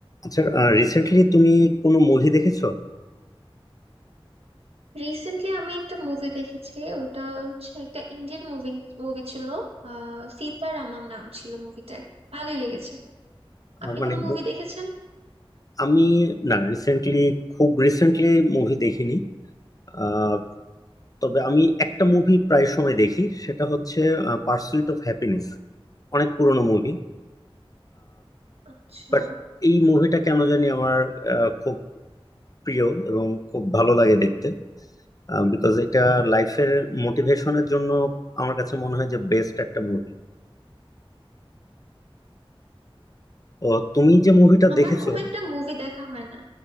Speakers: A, on the left; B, on the right.
A: আচ্ছা রিসেন্টলি তুমি কোনো মুভি দেখেছো
B: রিসেন্টলি আমি একটা মুভি দেখেছি ওটা হচ্ছে একটা ইন্ডিয়ান মুভি মুভি ছিল আহ সীতারামম নাম ছিল মুভিটার ভালোই লেগেছে আপনি
A: আহ, মানে
B: কোনো মুভি
A: মু-
B: দেখেছেন
A: আমি না রিসেন্টলি খুব রিসেন্টলি মুভি দেখিনি আহ, তবে আমি একটা মুভি প্রায় সময় দেখি সেটা হচ্ছে পার্সুইট অফ হ্যাপিনেস অনেক পুরনো মুভি
B: আচ্ছা
A: বাট এই মুভিটা কেন জানি আমার আহ, খুব প্রিয় এবং খুব ভালো লাগে দেখতে বিকজ এটা লাইফের মোটিভেশনের জন্য আমার কাছে মনে হয় যে বেস্ট একটা মুভি ও তুমি যে মুভিটা
B: আমার
A: দেখেছো
B: খুব একটা মুভি দেখা হয় না